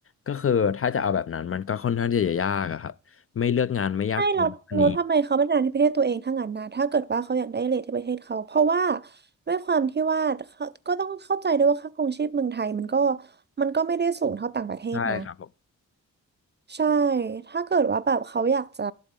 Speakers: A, on the left; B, on the right.
A: ก็คือถ้าจะเอาแบบนั้นมันก็ค่อนข้างที่จะยากอะครับไม่เลือกงานไม่ยากตรงอันนี้
B: ใช่เราเราทำไมเขาไม่ทำงานที่ประเทศตัวเองทั้งนั้นนะถ้าเกิดว่าเขาอยากได้เรทที่ประเทศเขาเพราะว่าด้วยความที่ว่าเขาก็ต้องเข้าใจด้วยว่าค่าครองชีพเมืองไทยมันก็มันก็ไม่ได้สูงเท่าต่างประเทศนะ
A: ใช่ครับผม
B: ใช่ถ้าเกิดว่าแบบเขาอยากจะ